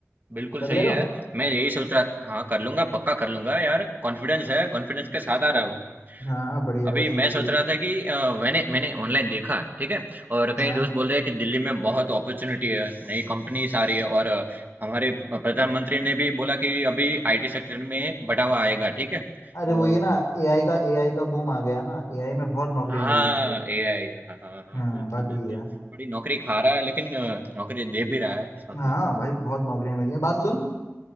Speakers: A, on the right; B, on the left.
A: बिल्कुल
B: कर
A: सही
B: लेगा
A: है। मैं यही सोच रहा हाँ, कर लूँगा, पक्का कर लूँगा यार। कॉन्फिडेंस
B: हाँ
A: है, कॉन्फिडेंस के साथ आ रहा हूँ।
B: हाँ बढ़िया
A: अभी
B: है बस यही
A: मैं
B: चाहिए
A: सोच रहा था कि अ, मैंने मैंने ऑनलाइन देखा, ठीक है? और कई
B: हाँ
A: दोस्त बोल रहे हैं कि दिल्ली में बहुत अपॉर्चुनिटी है, नई कंपनीज आ रही है और अ, हमारे प्रधानमंत्री ने भी बोला कि अभी आईटी सेक्टर में बढ़ावा आएगा, ठीक है?
B: अरे
A: और
B: वो ये ना एआई का एआई का बूम आ गया ना एआई में बहुत नौकरियां
A: हाँ
B: मिल रही हैं ये
A: एआई हाँ हाँ हाँ
B: हाँ
A: बिल्कुल
B: बात
A: बिल्कुल
B: यही है
A: थोड़ी नौकरी खा रहा है लेकिन अ, नौकरी दे भी रहा है साथ
B: हाँ
A: में
B: भाई बहुत नौकरियां मिल रही हैं बात सुन